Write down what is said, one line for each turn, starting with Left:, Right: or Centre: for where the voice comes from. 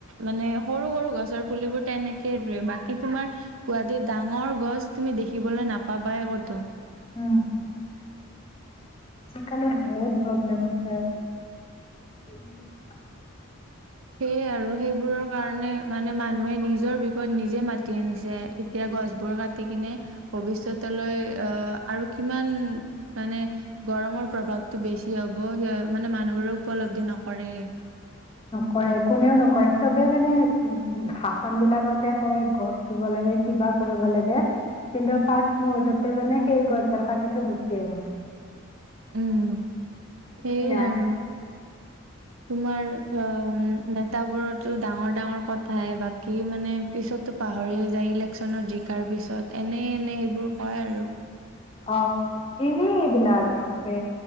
Right: মানে সৰু-সৰু গছৰ পুলিবোৰ তেনেকে ৰুৱে, বাকী তোমাৰ গুৱাহাটীত ডাঙৰ গছ তুমি দেখিবলৈ নাপাবাই ক'তো।
Left: উম খালে বহুত প্ৰব্লেম হয়। উম উম <unintelligible>
Right: সেইয়ে আৰু সেইবোৰৰ কাৰণে মানে মানুহে নিজৰ বিপদ নিজে মাতি আনিছে, এতিয়া গছবোৰ কাটি কিনে ভৱিষ্যতলৈ আহ আৰু কিমান মানে গৰমৰ প্ৰভাৱতটো বেছি হ'ব সেইয়া মানে মানুহবোৰে উপলব্ধি নক <unintelligible>
Left: কৰে কোনেও নকৰে, চবে মানে উম ভাষন বিলাকতহে কয় গছ ৰুব লাগে কিবা কৰিব লাগে, কিন্তু পাচ মুহুৰ্ততে মানে সেই গছ ডাল কাটি থৈ গুচি আহে।
Right: উম সেইয়ে
Left: সেয়াই
Right: আৰু তোমাৰ অঁ, নেতাবোৰৰতো ডাঙৰ ডাঙৰ কথাই বাকী মানে পিছতো পাহৰিয়ে যায় ইলেকশচনত জিকাৰ পিছত এনে এনে সেইবোৰ কয় আৰু।
Left: অঁ এনেই এইবিলাক বাপৰে